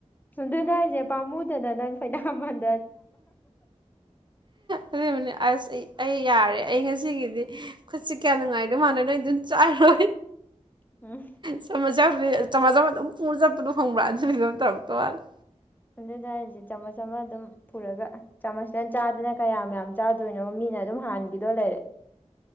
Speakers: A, on the left; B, on the right.
A: ꯗꯨꯅ ꯍꯥꯏꯁꯦ ꯄꯥꯝꯃꯨꯗꯅ ꯅꯪ ꯐꯅꯌꯥꯝ ꯍꯟ
B: ꯑꯗꯨ ꯑꯃꯅꯤꯅꯤ ꯑꯁ ꯑꯩ ꯌꯥꯔꯦ ꯑꯩ ꯉꯁꯤꯒꯤꯗꯤ ꯈꯨꯠꯁꯤ ꯀꯌꯥ ꯅꯨꯡꯉꯥꯏꯗꯣꯏ ꯃꯥꯟꯅ ꯅꯣꯏ ꯑꯗꯨꯝ ꯆꯥꯏꯔꯣ
A: ꯎꯝ
B: ꯆꯃꯁ ꯌꯥꯎꯗ꯭ꯔ ꯆꯝꯃꯁ ꯑꯃ ꯑꯗꯨꯝ ꯄꯨꯔ ꯆꯠꯄꯗꯣ ꯈꯪꯕ꯭ꯔꯥ ꯑꯗꯨ ꯐꯤꯚꯝ ꯇꯧꯔꯛꯇꯧ ꯋꯥꯠꯂꯤ
A: ꯑꯗꯨꯅꯦ ꯍꯥꯏꯁꯦ ꯆꯃꯁ ꯑꯃ ꯗꯨꯝ ꯄꯨꯔꯥꯒ ꯆꯃꯁꯅ ꯆꯥꯗꯅ ꯀꯌꯥꯝ ꯌꯥꯝ ꯆꯥꯗꯣꯏꯅꯣ ꯃꯤꯅ ꯑꯗꯨꯝ ꯍꯥꯟꯒꯤꯗꯧ ꯂꯩꯔꯦ